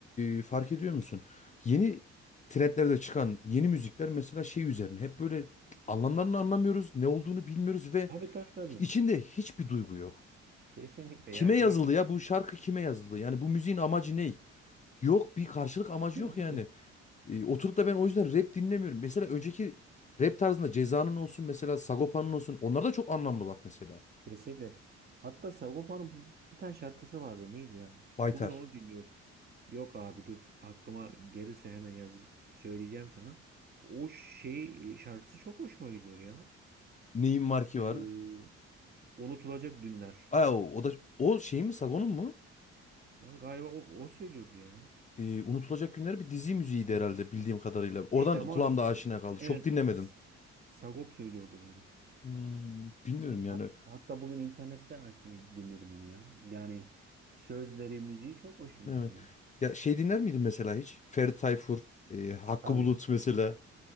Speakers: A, on the left; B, on the right.
A: e, fark ediyor musun? Yeni trendlerde çıkan yeni müzikler mesela şey üzerine hep böyle anlamlarını anlamıyoruz, ne olduğunu bilmiyoruz ve
B: Tabii tabii tabii.
A: içinde hiçbir duygu yok.
B: Kesinlikle
A: Kime
B: ya
A: yazıldı
B: şey
A: ya bu şarkı kime yazıldı? Yani bu müziğin amacı ne? Yok bir karşılık amacı
B: <laughs>
A: yok yani. E, oturup da ben o yüzden rap dinlemiyorum. Mesela önceki rap tarzında Ceza'nın olsun mesela Sagopa'nın olsun onlar da çok anlamlı bak mesela.
B: Kesinlikle. Hatta Sagopa'nın bu- bir tane şarkısı vardı. Neydi ya?
A: Baytar.
B: Bugün onu dinliyordum. Yok abi dur. Aklıma gelirse hemen yaz söyleyeceğim sana. O şey e, şarkısı çok hoşuma gidiyor ya.
A: Neyin marki
B: Ee,
A: var?
B: unutulacak dünler.
A: Aa, o, o da o şey mi Sagon'un mu?
B: Vay, Galiba o, o söylüyordu ya.
A: Ee, Unutulacak Günler bir dizi müziğiydi herhalde bildiğim kadarıyla. Oradan
B: İşte ama
A: kulağımda aşina kaldı.
B: evet
A: Çok dinlemedim.
B: S- Sagop söylüyordu bunu.
A: Hmm, bilmiyorum yani.
B: Hat- Hatta bugün internette açtım dinledim onu ya. Yani sözleri, müziği çok hoşuma
A: Evet.
B: gidiyor.
A: Ya şey dinler miydin mesela hiç? Ferdi Tayfur, e, Hakkı
B: Tabii.
A: Bulut mesela.